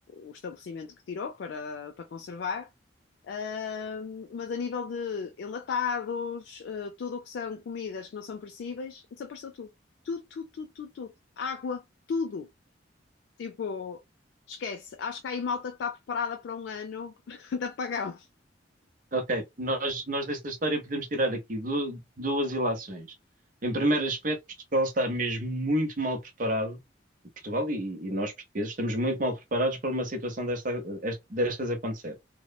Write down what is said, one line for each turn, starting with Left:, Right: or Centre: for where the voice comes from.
Left: o estabelecimento que tirou para, para conservar. Ahm, mas a nível de enlatados, ah, tudo o que são comidas que não são perecíveis, desapareceu tudo. Tudo, tudo, tudo, tudo, tudo. Água, tudo. Tipo, esquece. Acho que há aí malta que está preparada para um ano <laughs> de apagão.
Right: ok. Nós, nós desta história podemos tirar aqui du- duas ilações. Em primeiro aspecto, Portugal está mesmo muito mal preparado Portugal e, e nós portugueses estamos muito mal preparados para uma situação desta, est- destas acontecer.